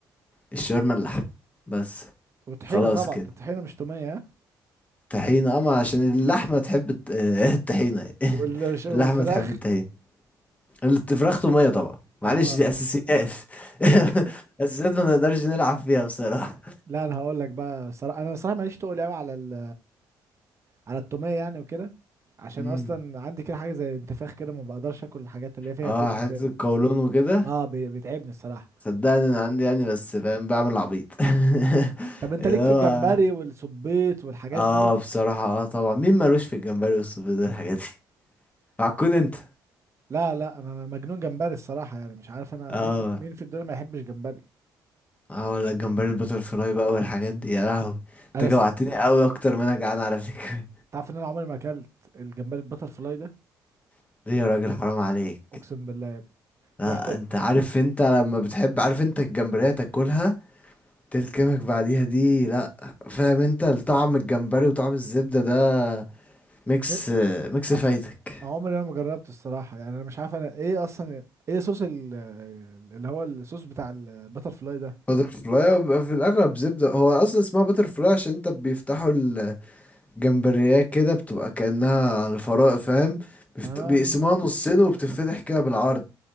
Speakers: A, on the left; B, on the right.
A: الشاورما اللحم بس
B: وطحينة
A: خلاص
B: طبعا
A: كده
B: الطحينة مش تومية ها
A: طحينة اما عشان اللحمة تحب الت- <laughs> الطحينة إيه.
B: والش-
A: <laughs>
B: والفراخ
A: اللحمة تحب الطحينة الفراخ تومية طبعا معلش
B: اه
A: دي اساسيات <laughs> اساسيات ما نقدرش نلعب فيها بصراحة
B: لا انا هقول لك بقى صراحة انا صراحة ماليش تقل قوي على ال... على التومية يعني وكده عشان
A: مم.
B: اصلا عندي كده حاجة زي انتفاخ كده ما بقدرش اكل الحاجات اللي هي فيها
A: اه
B: توم
A: حتة
B: وكده
A: القولون وكده
B: اه بي- بيتعبني الصراحه
A: صدقني انا عندي يعني بس فاهم بعمل عبيط <laughs>
B: طب انت
A: اللي
B: ليك
A: هو
B: في الجمبري والسبيط والحاجات
A: اه
B: دي
A: بصراحة اه طبعا مين مالوش في الجمبري والسوفيتي والحاجات دي عكون انت
B: لا لا انا مجنون جمبري الصراحه يعني مش عارف انا
A: اه
B: مين مين في الدنيا ما يحبش جمبري
A: اه ولا الجمبري البتر فلاي بقى والحاجات دي يا لهوي انت
B: انا
A: جوعتني
B: س...
A: قوي اكتر ما انا جعان على فكرة
B: تعرف ان انا عمري ما اكلت الجمبري البتر فلاي ده
A: <laughs> ليه يا راجل حرام عليك
B: اقسم بالله يا ابني
A: لا
B: رحت
A: انت عارف انت لما بتحب عارف انت الجمبرية تاكلها تلكمك بعديها دي لا فاهم انت طعم الجمبري
B: أ-
A: وطعم الزبدة ده ميكس
B: ن-
A: ميكس فايتك
B: أ- عمري ما جربت الصراحه يعني انا مش عارف انا ايه اصلا ايه صوص ال... اللي هو الصوص بتاع البتر فلاي ده
A: بتر فلاي وبيبقى في الاغلب زبدة هو اصلا اسمها بتر فلاي عشان انت بيفتحوا الجمبريات كده بتبقى كأنها الفراء فاهم بيفت...
B: آه.
A: بيقسموها نصين وبتتفتح كده بالعرض